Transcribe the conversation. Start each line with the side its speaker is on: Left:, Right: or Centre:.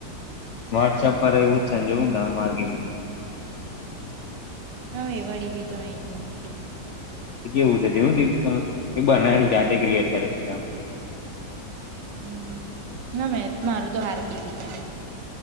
Left: વોટ્સપ
Right: હમ
Left: પર એવું છે જોવુંને ત માર્ગી.
Right: ના વેવાળી બી તો નહી જ મુકતી.
Left: કેવું છે <unintelligible> બનાવેલું જાતે ક્રિએટ કરેલું છે.
Right: હમ્મ, ના મેં મારું તો હારું દીબી તે.